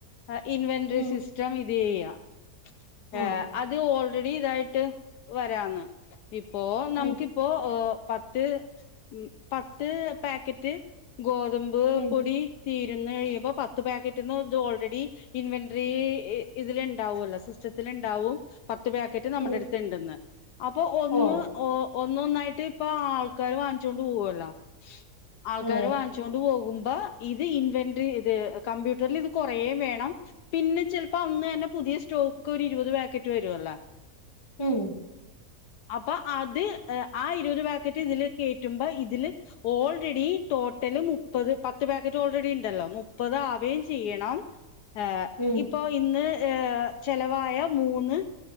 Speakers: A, on the left; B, on the left.
A: അ ഇൻവെൻററി
B: ഉം
A: സിസ്റ്റം ഇത് ചെയ്യാം ഏ
B: ഓ
A: അത് ഓൾറെഡി ഇതായി ട്ട് വരാന്ന് ഇപ്പോ നമുക്കിപ്പോ
B: ഉം
A: ഓ പത്ത് ഉം പത്ത് പാക്കറ്റ് ഗോതമ്പ്
B: ഉം
A: പൊടി തീരുന്ന് കഴിയുമ്പോ പത്ത് പാക്കറ്റന്ന് ഇത് ഓൾറെഡി ഇൻവെൻററി ഇതിൽ ഉണ്ടാവല്ലോ സിസ് ച്ചത്തിൽ ണ്ടാവും പത്ത് പാക്കറ്റ് നമ്മുടെ
B: ഉം
A: അടുത്ത്ണ്ടെന്ന് അപ്പൊ ഒന്ന്
B: ഓ
A: ഒ ഒന്നന്നായിട്ട് ഇപ്പൊ ആൾക്കാര് വാങ്ങിച്ചോണ്ട് പോകുവല്ലോ ആൾക്കാര്
B: അതെ
A: വാങ്ങിച്ചോണ്ട് പോകു അ ഇത് ഇൻവെന്ററി ഇത് കമ്പ്യൂട്ടറിൽ ഇത് കൊറേ വേണം പിന്നെ ചെലപ്പോ അന്ന്‌ന്നെ പു പുതിയ സ്റ്റോക്ക് ഒരു ഇരു <unintelligible>
B: ഉം
A: അപ്പൊ അത് ഏഹ് ആ ഇരുപത് പാക്കറ്റ് ഇതില് കയറ്റുമ്പോ ഇതില് ഓൾറെഡി ടോട്ടല് മുപ്പത് പത്ത് പ ക്കറ്റ് ഓൾറെഡി ഉണ്ടല്ലോ മുപ്പത് ആവേം ചെയ്യണം ഏഹ്
B: ഉം
A: ഇപ്പൊ ഇന്ന് ഏഹ് ചെലവായ മൂന്ന്